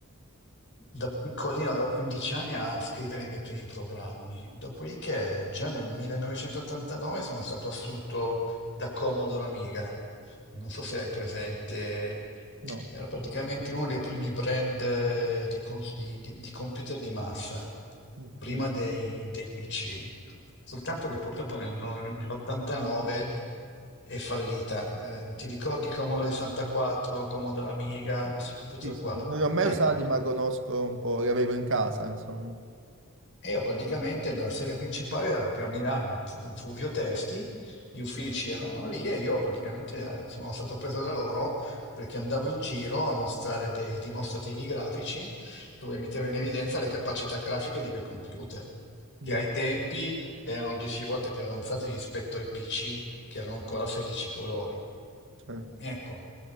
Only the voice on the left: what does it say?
da piccolino, avevo 15 anni a scrivere i miei primi programmi. Dopodiché, già nel 1989 sono stato assunto da Commodore Amiga. Non so se hai presente,
era praticamente uno dei primi brand eh, di, cons- di- di- di computer di massa,
prima dei, dei PC. Soltanto che purtroppo nel no- nell'89 è fallita. Eh, ti ricordi Commodore 64, Commodore Amiga,
questi computer
qua?
Ecco,
E io praticamente la sede principale era proprio a Milano, in Fu- in Fulvio Testi, gli uffici erano lì e io praticamente eh, sono stato preso da loro perché andavo in giro a mostrare dei dimostrativi grafici dove mettevo in evidenza le capacità grafiche di quei computer, che
ai tempi erano 10 volte più avanzati rispetto ai PC, che erano ancora 16 colori.
Ecco,